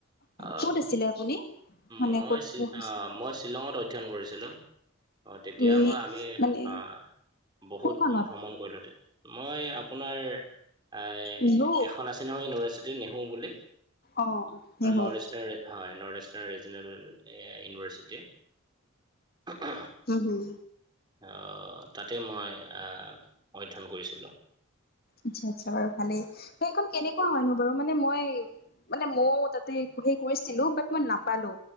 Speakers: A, on the right (about 20°); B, on the left (about 45°).
A: আহ
B: ক'ত আছিলে আপুনি মানে
A: মই
B: ক'ত পঢ়িছে
A: আ মই শ্বিলঙত অধ্যয়ন কৰিছিলো অ তেতিয়া
B: নি
A: মই আমি
B: মানে
A: অ বহুত
B: কোনখনত
A: ভ্ৰমণ কৰিলো মই আপোনাৰ এই
B: নিহু
A: এখন আছে নহয় ইউনিভাৰ্চিটি নেহু বুলি
B: অ নিহুত
A: নৰ্থ ইষ্টাৰ হয় নৰ্থ ইষ্টাৰ্ণ ৰিজনেল ইউনিভাৰ্চিটি ঊম উম
B: উম হুম
A: অ তাতে মই আ অধ্যয়ন কৰিছিলোঁ
B: আচ্ছা আচ্ছা বাৰু ভালেই সেইখন কেনেকুৱা হয়নো বাৰু মানে মই মানে মইও তাতে সেই গৈছিলো বাত মই নাপালো